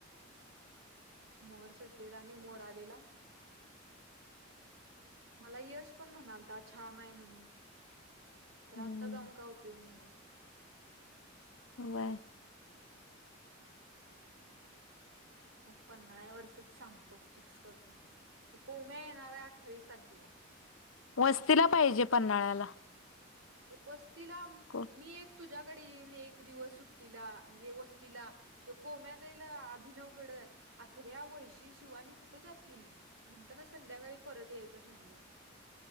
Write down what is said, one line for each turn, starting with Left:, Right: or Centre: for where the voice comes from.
Right: मोर सुटलेला आणि मोर आलेला मला यश पण म्हणालता छान हाय म्हणून
Left: हम्म
Right: खर आत्ता जाऊन काय उपयोग नइ म.
Left: व्हय.
Right: मग पन्हाळ्यावरचचं सांगतो, फिक्स करतो, कोम्या येणार आहे अठ्ठावीस तारखिला <unintelligible> <inaudible>
Left: वस्तीला पाहिजे पन्हाळ्याला
Right: वस्तीला मी
Left: कोण
Right: एक तुज्या कडे एक दिवस सुट्टीला, हे वस्तीला, तो कोम्या जाईल अभिनव कडं आत्र्या वयशी शिवानी कुठे जातील, म्हणताना संध्याकाळी परत यायचं ठरलंय.